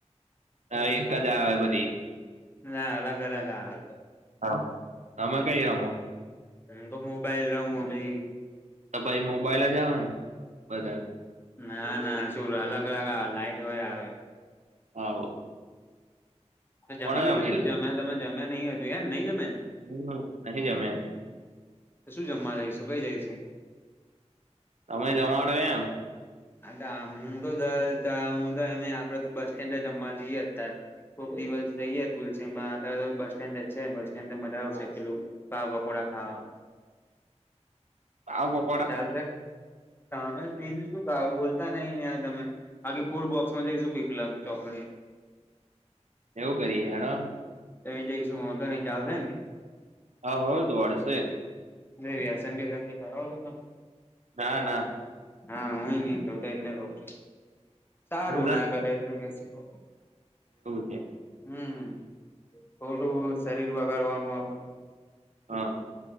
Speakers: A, on the right (about 80°); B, on the left (about 20°).
A: લા એક જ આવે બધી.
B: ના અલગ-અલગ આવે.
A: હવ તમે કઈ રમો?
B: હું તો મોબાઈલ રમુ પહી
A: તો ભઈ મોબાઈલ જ આવે ન બધાને.
B: ના ના શું અલગ-અલગ આવે લાઈટ હોય આવે.
A: હવ.
B: તો જમી
A: કોને
B: લીધું
A: રમેલી
B: શું જમ્યા? તમે જમ્યા નહીં હજુ એમ નહીં જમ્યા ને?
A: હમ્મ, નહીં જમ્યા.
B: શું જમવા જઈશું, કઈ જઈશું?
A: તમે જમાડો એમ.
B: અતા હું તો હું તો એમેય આપડે તો બસ સ્ટેન્ડે જમવા જઈએ અત્યાર. કોક દિવસ જઈએ. તુલસીમાં અતાર તો બસ સ્ટેન્ડે જ છે, બસ સ્ટેન્ડ મજા આવશે પેલું પાવ પકોડા ખાવા.
A: આવ કોક.
B: ચાલશે તમે બીજુ શું કરો બોલતા નઈને યાર તમે. બાકી ફૂડ બોક્સમાં જઈશું પીપલા ચોકડે.
A: એવું કરીએ હેડોન.
B: તો એ જઈશું વાંધો નઈ ચાલશે
A: હા હો દોડશે.
B: કંઈ વ્યસન બ્યસન કરો છો તમે?
A: ના ના.
B: હા હુંય નઈ કરતો એટલે કઉ છું. સારું
A: એવું
B: ના કરે એટલે પછી તો.
A: છે
B: હમ્મ ખોટું શરીર બગાડવાનું આપડું.
A: હ.